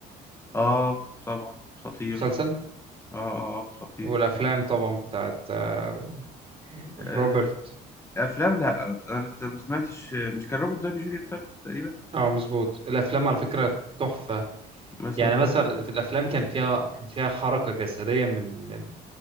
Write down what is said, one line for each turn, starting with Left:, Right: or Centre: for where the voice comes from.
Left: اه طبعا خطير
Right: مسلسل
Left: اه اه آه، خطير
Right: والافلام طبعا بتاعت آه،
Left: آه
Right: روبرت
Left: أفلام لا أنا ت- ما سمعتش مش كان روبرت داني جونيور تاني تقريبا
Right: اه مظبوط الافلام على فكره تحفه
Left: ما سمعتهاش
Right: يعني مثلا في الافلام كان فيها كان فيها حركه جسديه من من